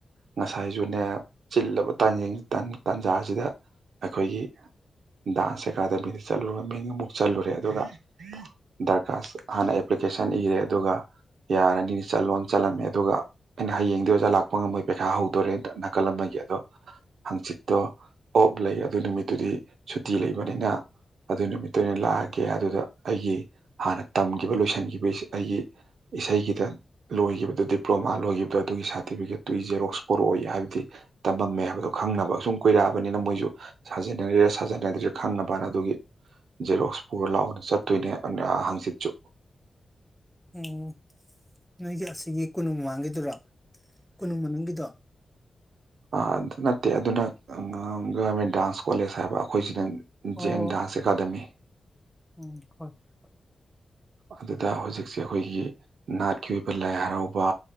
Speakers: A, on the right (about 85°); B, in the centre.
A: ꯉꯁꯥꯏꯁꯨꯅꯦ ꯆꯤꯜꯂꯕ ꯇꯥꯟꯖ ꯇꯥꯟꯖꯥꯁꯤꯗ ꯑꯩꯈꯣꯏꯒꯤ ꯗꯥꯟꯁ ꯑꯦꯀꯥꯗꯃꯤꯗ ꯆꯠꯂꯨꯔ ꯃꯤꯡ ꯑꯃꯨꯛ ꯆꯠꯂꯨꯔꯦ ꯑꯗꯨꯒ ꯗꯔꯀꯥꯁ ꯍꯥꯟꯅ ꯑꯦꯄ꯭ꯂꯤꯀꯦꯁꯟ ꯏꯔꯦ ꯑꯗꯨꯒ ꯌꯥꯔꯅꯤ ꯆꯠꯂꯣ ꯆꯠꯂꯝꯃꯦ ꯑꯗꯨꯒ ꯍꯌꯦꯡꯗꯣ ꯑꯣꯖꯥ ꯂꯥꯛꯄ ꯉꯝꯃꯣꯏ ꯄꯩꯈꯥ ꯍꯧꯗꯣꯔꯦꯅ ꯅꯥꯀꯜꯂꯝꯒ ꯑꯗꯣ ꯍꯪꯆꯤꯠꯇꯣ ꯑꯣꯞ ꯂꯩ ꯑꯗꯨ ꯅꯨꯃꯤꯠꯇꯨꯗꯤ ꯁꯨꯇꯤ ꯂꯩꯕꯅꯤꯅ ꯑꯗꯨ ꯅꯨꯃꯤꯠꯇꯨ ꯑꯣꯏꯅ ꯂꯥꯛꯑꯒꯦ ꯑꯗꯨꯗ ꯑꯩꯒꯤ ꯍꯥꯟꯅ ꯇꯝꯈꯤꯕ ꯂꯣꯏꯁꯤꯟꯈꯤꯕ ꯑꯩꯒꯤ ꯏꯁꯩꯒꯤꯗ ꯂꯣꯏꯈꯤꯕꯗꯨꯣ ꯗꯤꯄ꯭ꯂꯣꯃꯥ ꯂꯣꯏꯈꯤꯕꯗꯨ ꯑꯗꯨꯒꯤ ꯁꯥꯔꯇꯤꯐꯤꯀꯦꯠꯇꯨꯒꯤ ꯖꯦꯔꯣꯛꯁ ꯄꯣꯔꯛꯑꯣ ꯍꯥꯏꯕꯗꯤ ꯇꯝꯃꯝꯃꯦ ꯍꯥꯏꯕꯗꯣ ꯈꯪꯅꯕ ꯁꯨꯝ ꯀꯨꯏꯔꯛꯑꯕꯅꯤꯅ ꯃꯣꯏꯁꯨ ꯁꯥꯖꯟꯅꯔꯤꯔꯥ ꯁꯥꯖꯅꯗ꯭ꯔꯥ ꯈꯪꯅꯕꯅ ꯑꯗꯨꯒꯤ ꯖꯦꯔꯣꯛꯁ ꯄꯨꯣꯔ ꯂꯥꯛꯑꯣꯅ ꯆꯠꯇꯣꯏꯅꯦ ꯍꯪꯆꯤꯠꯁꯨ
B: ꯎꯝ ꯅꯣꯏꯒꯤ ꯑꯁꯤꯒꯤ ꯀꯨꯟꯅꯨꯡ ꯃꯃꯥꯡꯒꯤꯗꯨꯔꯣ ꯀꯣꯅꯨꯡ ꯃꯅꯨꯡꯒꯤꯗꯣ
A: ꯑ ꯑꯗꯨ ꯅꯠꯇꯦ ꯑꯗꯨꯅ ꯒꯔꯃꯦꯟ ꯗꯥꯟꯁ ꯀꯣꯂꯦꯖ ꯍꯥꯏꯕ ꯑꯩꯈꯣꯏꯁꯤꯅꯪ
B: ꯑꯣ
A: ꯖꯦꯟꯗꯁꯤ ꯑꯦꯀꯥꯗꯦꯃꯤ
B: ꯎꯝ ꯍꯣꯏ ꯍꯣꯏ
A: ꯑꯗꯨꯗ ꯍꯧꯖꯤꯛꯁꯦ ꯑꯩꯈꯣꯏꯒꯤ ꯅꯥꯠꯀꯤ ꯑꯣꯏꯕ ꯂꯥꯏ ꯍꯔꯥꯎꯕ